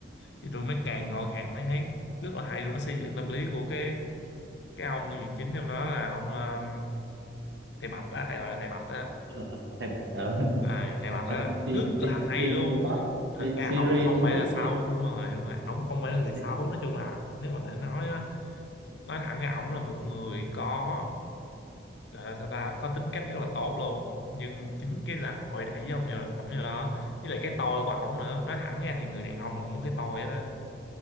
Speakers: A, on the left; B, on the right.
A: thì tôi mới càng coi càng mới thấy rất là hay luôn nó xây dựng tâm lý của cái cái ông nhân vật chính trong đó là ông ờ, thầy Bạch á hay gọi là thầy Bạch á
B: tức là thèm- ờ, <laughs>
A: à, thầy Bạch
B: ờ,
A: á
B: phim
A: rất là
B: phim
A: hay
B: phim
A: luôn
B: tôi có
A: thật ra
B: series
A: ổng không
B: tôi
A: phải
B: có
A: là xấu
B: xem
A: đúng rồi đúng rồi ổng không phải
B: uh,
A: là người xấu nói chung là nếu mà để nói á, nói thẳng ra ổng là một người có gọi là sao ta có tính cách rất là tốt luôn nhưng chính cái xã hội đẩy với ổng như ổng như đó với lại cái tôi của ổng nữa nói thẳng ra thì người đàn ông là cũng có cái tôi đó